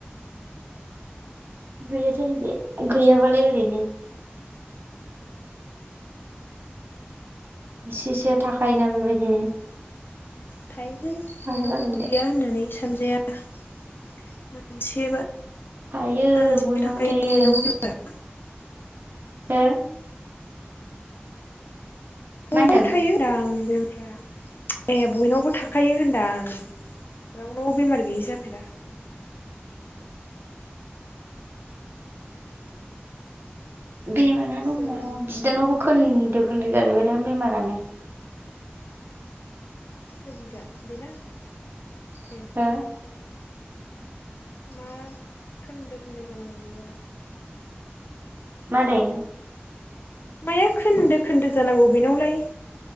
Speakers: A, on the right; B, on the left.
A: गैया जोंनिथिं गैयाबालाय ओरैनो इसे इसेआ थाखायोना बेबायदिनो
B: थायोलै बयनावबो
A: हाया जागोन दे
B: गैया होननानै सानजाया मोनसेबा मोनसेबा
A: थायो
B: मोनसे
A: बयनावबो
B: थाखायो
A: थायो
B: बयनावबो
A: हो
B: बयनावबो
A: मा होनदों उम
B: थायो होनदो आं बे ए बयनावबो थाखायो होनदो आं रावनावबो बेमार गैयि जा जाफेरा
A: बेमारा दङ
B: जों
A: बिदानावबो खोन्दो खोन्दो जाजोबबाय दा बेमारानो
B: सोर बिदा बेना ए
A: हा
B: मा खोन्दो खोन्दो जानांगौ बेनावलाय
A: मारै
B: माया खोन्दो खोन्दो जानांगौ बेनावलाय